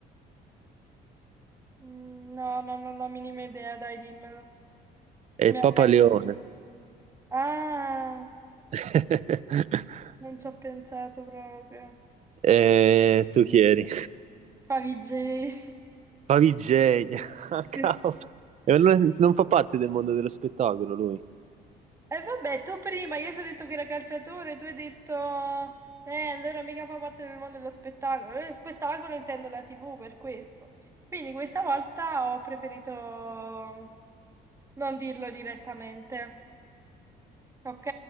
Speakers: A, on the right; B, on the right.
A: Mm, No, no, non ho la minima idea, dai, dimmelo.
B: È
A: Mi
B: il
A: arrendo.
B: Papa Leone.
A: Ah,
B: <laughs>
A: non ci ho pensato proprio.
B: Eh, tu chi eri?
A: Favij.
B: Favij, <laughs> cavolo.
A: <laughs>
B: E allora non fa parte del mondo dello spettacolo lui.
A: E vabbè, tu prima, io ti ho detto che era calciatore, tu hai detto, eh, allora mica fa parte del mondo dello spettacolo. Eh, spettacolo intendo la TV per questo. Quindi questa volta ho preferito mm, non dirlo direttamente. Ok?